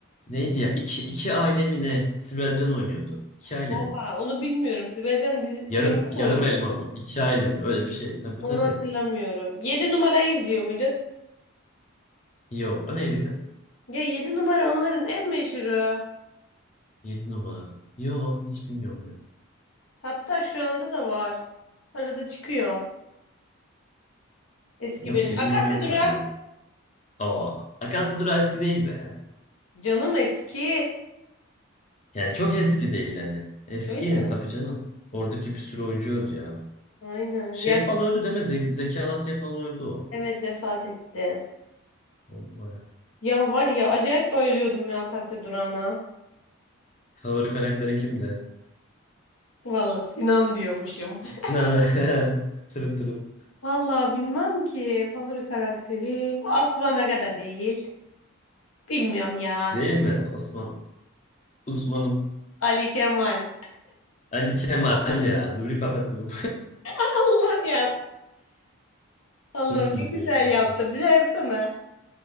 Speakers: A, on the left (about 35°); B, on the left (about 75°).
A: Neydi ya? İki, iki aile mi ne? Sibel Can oynuyordu. İki aile
B: Oha
A: mi?
B: onu bilmiyorum. Sibel Can dizi, filmde
A: Yarım,
B: mi
A: yarım
B: oynuyor?
A: elma mı? İki aile mi? Öyle bir şey. Tabii
B: Onu
A: tabii.
B: hatırlamıyorum. 7 numarayı izliyor muydun?
A: Yok. O neydi kız?
B: Ya 7 numara onların en meşhuru.
A: 7 numara. Yo hiç bilmiyorum ya.
B: Hatta şu anda da var. Arada çıkıyor. Eski
A: Yok
B: bölüm.
A: 7
B: Akasya
A: numara yok
B: Durağı.
A: bende. Ama Akansı Durağı eski değil be.
B: Canım eski.
A: Yani çok eski değil hani. Eski
B: Öyle
A: yine
B: mi?
A: tabii canım. Oradaki bir sürü oyuncu öldü ya.
B: Aynen.
A: Şey
B: Ya çok-
A: falan öldü deme. Ze Zeki Alasya falan öldü o.
B: evet vefat etti.
A: Oldu baya.
B: Ya var ya acayip bayılıyordum ya Akasya Durağı'na.
A: Favori karakterin kimdi?
B: Valla Sinan diyormuşum. <laughs>
A: Ne ne? <laughs> Tırın tırın.
B: Valla bilmem ki. Favori karakterim. Osman Aga da değil. Bilmiyorum ya.
A: Değil mi? Osman. Osman'ım.
B: Ali Kemal.
A: Ali Kemal ya. Nuri Papacığım.
B: <laughs> Allah ya.
A: <laughs>
B: Allah'ım
A: Çok iyiydi
B: ne güzel
A: gerçekten.
B: yaptın. Bir daha yapsana.